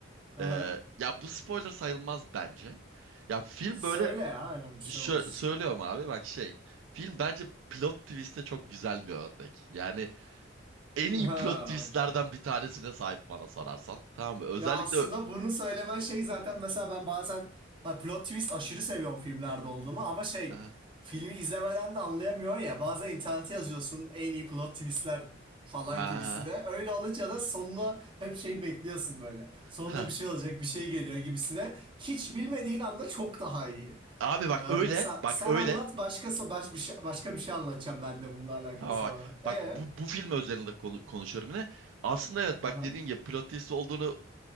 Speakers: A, on the right; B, on the right.
A: Aha.
B: Ee, ya bu spoiler sayılmaz bence. Ya film
A: Söyle
B: böyle
A: ya aynen bir şey
B: şö-
A: olmaz.
B: söylüyorum abi bak şey. Film bence plot twist'e çok güzel bir örnek. Yani en iyi
A: Ha.
B: plot twist'lerden bir tanesine sahip bana sorarsan. Tamam mı? Özellikle
A: Ya aslında
B: ö-
A: bunu söylemen şey zaten mesela ben bazen ha, plot twist aşırı seviyorum filmlerde olduğumu ama şey
B: ha
A: filmi izlemeden de anlayamıyor ya bazen internete yazıyorsun en iyi plot twistler falan
B: ha
A: gibisine öyle olunca da sonuna hep şey bekliyorsun böyle sonunda
B: ha.
A: bir şey olacak bir şey geliyor gibisine hiç bilmediğin anda çok daha iyi
B: Abi bak
A: yani
B: öyle,
A: mesela
B: bak
A: sen
B: öyle.
A: anlat başkası baş bir şey, başka bir şey anlatacağım ben de bununla alakalı
B: Tamam
A: sonra
B: bak. Bak
A: e
B: bu, bu film özelinde konu- konuşuyorum yine. Aslında evet bak
A: aha
B: dediğin gibi plot twist olduğunu